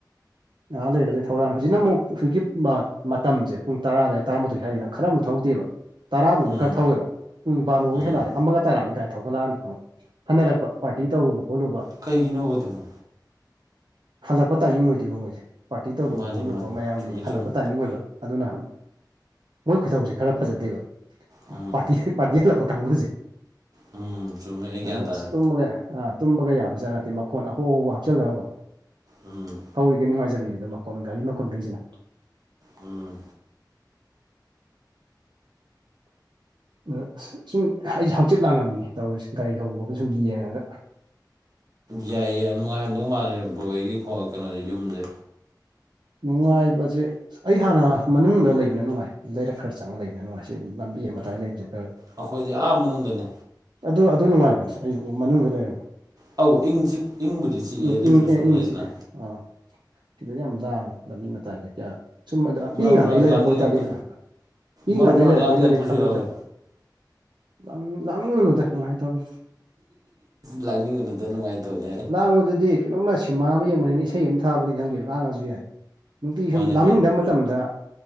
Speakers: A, on the right; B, on the right.
A: ꯉꯍꯥꯛ ꯂꯩꯔꯒꯗꯥ ꯊꯧꯔꯛꯑꯅꯤ ꯍꯧꯖꯤꯛꯅ ꯑꯃꯨꯛ ꯍꯧꯖꯤꯛꯀꯤ ꯃꯇꯝꯁꯦ ꯄꯨꯡ ꯇꯔꯥ ꯑꯗꯨꯋꯥꯏ ꯇꯔꯥꯃꯥꯊꯣꯏ ꯍꯥꯏꯗꯅ ꯈꯔ ꯑꯃꯨꯛ ꯊꯧꯗꯦꯕ ꯇꯔꯥꯃꯨꯛꯅ
B: ꯎꯝ
A: ꯈꯔ ꯊꯧꯋꯦꯕ ꯄꯨꯡ ꯕꯥꯔꯣꯒ
B: ꯎꯝ
A: ꯍꯦꯟꯂꯛꯑꯗꯤ ꯑꯃꯒ ꯇꯔꯛꯑꯗꯤ ꯊꯒꯠꯂꯛꯑꯅꯤ ꯍꯟꯅꯔꯛꯄ ꯄꯥꯔꯇꯤ ꯇꯧꯔꯨꯕ ꯑꯣꯠꯂꯨꯕ
B: ꯀꯩꯒꯤꯅꯣꯕ ꯑꯗꯨꯕꯨ
A: ꯍꯜꯂꯛꯄ ꯇꯥꯏꯃꯤꯡ ꯑꯣꯏꯗꯣꯏꯕ ꯃꯣꯏꯁꯦ ꯄꯥꯔꯇꯤ ꯇꯧꯔꯨꯕ
B: ꯃꯥꯅꯦ
A: ꯈꯣꯠꯂꯨꯕ
B: ꯃꯥꯅꯦ
A: ꯃꯌꯥꯝꯒꯤ
B: ꯆꯨꯝꯃꯤ ꯆꯨꯝꯃꯤ
A: ꯍꯜꯂꯛꯄ ꯇꯥꯏꯃꯤꯡ ꯑꯣꯏꯕ ꯑꯗꯨꯅ ꯃꯣꯏ ꯈꯨꯊꯧꯁꯦ ꯈꯔ ꯐꯖꯗꯦꯕ
B: ꯎꯝ
A: ꯄꯥꯔꯇꯤ ꯄꯥꯔꯇꯤ ꯍꯜꯂꯛꯄ ꯀꯥꯡꯕꯨꯁꯦ
B: ꯎꯝ ꯆꯨꯝꯃꯦ ꯑꯩ ꯒ꯭ꯌꯥꯟ
A: ꯑꯁ
B: ꯇꯥꯔꯦ
A: ꯇꯨꯝꯕꯒ ꯑꯥ ꯇꯨꯝꯕꯒ ꯌꯥꯕ ꯖꯥꯠ ꯅꯠꯇꯦ ꯃꯈꯣꯟ ꯑꯍꯧ ꯑꯍꯧꯕ ꯍꯥꯞꯆꯤꯜꯂꯒꯀꯣ
B: ꯎꯝ
A: ꯍꯧꯔꯤꯒꯦ ꯅꯨꯡꯉꯥꯏꯖꯕꯅꯦꯗ ꯃꯈꯣꯟ ꯒꯥꯔꯤ ꯃꯈꯣꯟꯈꯩꯁꯤꯅ
B: ꯎꯝ
A: ꯑꯗ ꯑꯁ ꯁꯨꯝ ꯑꯩꯁ‌ꯦ ꯍꯪꯆꯤꯠ ꯂꯥꯡꯉꯝꯃꯤꯅꯦ ꯇꯧꯔꯤꯁꯦ ꯒꯥꯔꯤ ꯊꯧꯕ ꯈꯣꯕ ꯁꯨꯝ ꯌꯦꯡꯉꯒ
B: ꯌꯥꯏꯌꯦ ꯌꯥꯝ ꯅꯨꯡꯉꯥꯏꯍꯝꯗꯧ ꯃꯥꯜꯂꯦ ꯕꯣꯔ ꯍꯣꯌ ꯌꯨꯝꯁꯦ
A: ꯅꯨꯡꯉꯥꯏꯕꯁꯦ ꯑꯩ ꯍꯥꯟꯅ ꯃꯅꯨꯡꯗ ꯂꯩꯕꯅ ꯅꯨꯡꯉꯥꯏ ꯂꯩꯔꯛ ꯈꯔ ꯆꯪꯉꯒ ꯂꯩꯕꯅ ꯅꯨꯡꯉꯥꯏ ꯁꯤ ꯂꯝꯕꯤ ꯃꯇꯥꯏ ꯂꯩꯕꯁꯤ ꯈꯔ
B: ꯑꯩꯈꯣꯏꯗꯤ ꯑꯥ ꯃꯅꯨꯡꯗꯅꯦ
A: ꯑꯗꯨ ꯑꯗꯨ ꯅꯨꯡꯉꯥꯏꯕꯅꯤ ꯑꯩꯁꯨ ꯃꯅꯨꯡꯗ ꯂꯩꯔꯝꯃꯦ
B: ꯑꯧ ꯏꯪ ꯆꯤꯛ ꯏꯪꯕꯨꯗꯤ ꯆꯤꯛꯑꯦ
A: ꯎꯝ
B: ꯑꯗꯨꯏꯁꯨ
A: ꯏꯪ
B: ꯁꯨꯝ
A: ꯑꯦ ꯏꯪ
B: ꯂꯩꯗꯅ
A: ꯆꯤꯛꯑꯦ ꯑꯥ ꯁꯤꯗꯗꯤ ꯌꯥꯝ ꯂꯥꯡꯉꯦ ꯂꯝꯕꯤ ꯃꯇꯥꯏꯁꯦ ꯀꯌꯥ ꯁꯨꯝ ꯑꯗ
B: ꯃꯔꯛ
A: ꯄꯤꯉꯩꯗꯒꯤ
B: ꯃꯔꯛ
A: ꯂꯩꯔꯛꯄ
B: ꯂꯥꯡꯅꯤꯡꯉꯛꯄ
A: ꯑꯣꯏꯇꯥꯔꯗꯤ ꯑꯥ ꯄꯤꯉꯥꯟꯗꯒꯤ
B: ꯃꯔꯛ ꯃꯔꯛ
A: ꯂꯩꯔꯛꯄ
B: ꯂꯥꯡꯅꯤꯡꯉꯛꯄꯁꯨ
A: ꯑꯣꯏꯇꯥꯥꯔꯗꯤ ꯈꯜꯂꯣꯏꯗꯕ
B: ꯌꯥꯎꯋꯦ
A: <unintelligible> ꯅꯨꯉꯥꯏꯇꯕꯅꯤ
B: ꯂꯥꯡꯅꯤꯡꯎꯅꯨꯗ ꯅꯨꯡꯉꯥꯏ ꯇꯕꯅꯦ
A: ꯂꯥꯡꯕꯗꯨꯗꯤ ꯀꯩꯅꯣꯝꯃ ꯁꯤꯃꯥ ꯑꯃ ꯌꯦꯡꯕꯅꯤꯅ ꯏꯁꯩ ꯑꯃ ꯊꯥꯕꯗꯤ ꯈꯪꯗꯦ ꯂꯥꯡꯉꯁꯨ ꯌꯥꯏ ꯅꯨꯡꯇꯤ ꯁꯨꯝ
B: ꯃꯥꯅꯦ
A: ꯂꯥꯡꯅꯤꯡꯗꯕ ꯃꯇꯝ ꯇꯝꯗ